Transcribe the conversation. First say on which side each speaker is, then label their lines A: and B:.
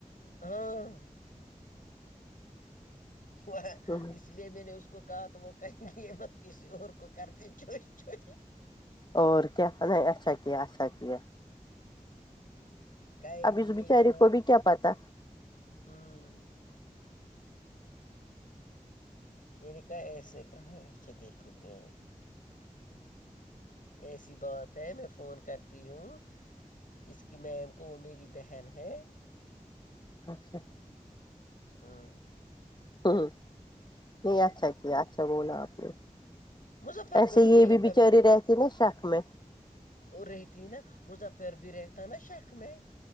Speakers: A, on the left; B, on the left.
A: ہاں وہ اس
B: ہیں
A: اس لیے میں نے اس کو کہا تو وہ کریں گےمت کسی اور کو کر د چھو چھوٹیی
B: اور کیا اچھا کیا اچھا کیا
A: کہیں
B: اب
A: گی
B: اس
A: یہ
B: بیچارے
A: یہاں
B: کو بھی کیا پتا
A: ہوں میں نے کہا ایسے کہاں ہے اچھا دیکھو کہ ایسی بات ہے میں فون کرتی ہوں اس کی میم کو وہ میری بہن ہے
B: اچھا
A: ہاں
B: ہوں نہیں اچھا کہ اچھا بولا آپ نے
A: مظفر
B: ایسے
A: کو
B: یہ
A: میں
B: بھی
A: نے کہا
B: بچاری
A: میں
B: رہتی نا شق میں
A: اور رہتی نا مظفر بھی رہتا نا شک میں